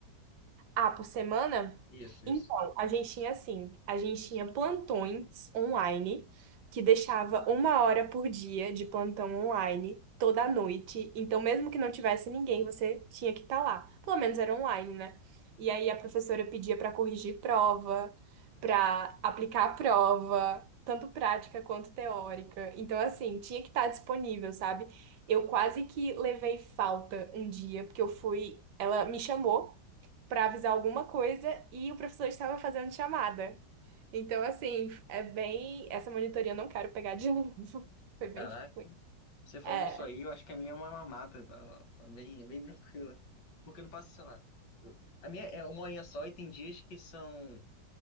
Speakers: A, on the right; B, on the left.
A: Ah, por semana?
B: Isso, isso.
A: Então, a gente tinha assim, a gente tinha plantões online, que deixava uma hora por dia de plantão online toda noite. Então, mesmo que não tivesse ninguém, você tinha que estar lá. Pelo menos era online, né? E aí a professora pedia para corrigir prova, para aplicar a prova, tanto prática quanto teórica. Então, assim, tinha que estar disponível, sabe? Eu quase que levei falta um dia, porque eu fui. Ela me chamou para avisar alguma coisa e o professor estava fazendo chamada. Então, assim, é bem. Essa monitoria eu não quero pegar de novo. <laughs> Foi bem
B: Caraca.
A: ruim.
B: Você falando
A: É.
B: isso aí, eu acho que a minha é uma mamata, tá? tá bem, bem tranquila. Porque eu não faço, sei lá. eu- a minha é uma horinha só e tem dias que são.